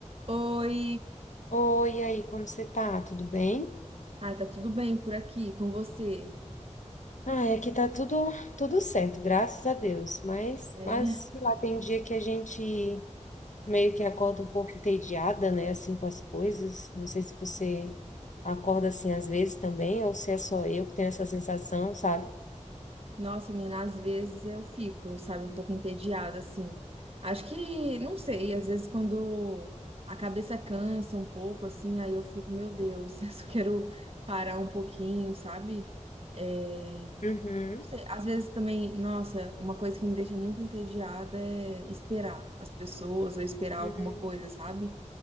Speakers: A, on the right; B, on the left.
A: Oi,
B: Oi, e aí, como você tá? Tudo bem?
A: ai, tá tudo bem por aqui com você?
B: Ah, aqui tá tudo tudo certo, graças a Deus. Mas,
A: É,
B: mas sei lá, tem dia que a gente meio que acorda um pouco entediada, né, assim com as coisas. Não sei se você acorda assim às vezes também, ou se é só eu que tenho essa sensação, sabe?
A: Nossa, menina, às vezes eu fico, sabe, um pouco entediada assim. Acho que, não sei, às vezes quando a cabeça cansa um pouco assim, aí eu fico, meu Deus, <laughs> eu só quero parar um pouquinho, sabe? É, não
B: Uhum,
A: sei, às vezes também, nossa, uma coisa que me deixa muito entediada é esperar as pessoas ou esperar
B: uhum,
A: alguma coisa, sabe?